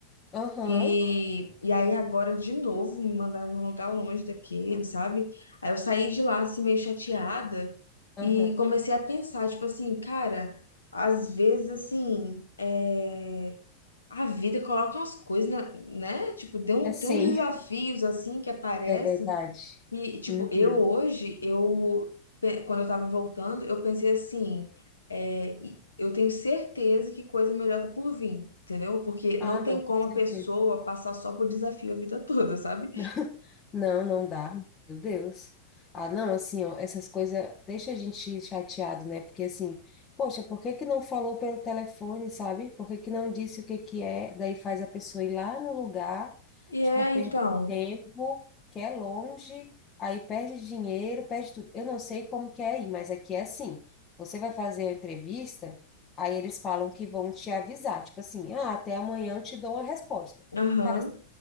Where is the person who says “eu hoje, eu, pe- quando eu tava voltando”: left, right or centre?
Left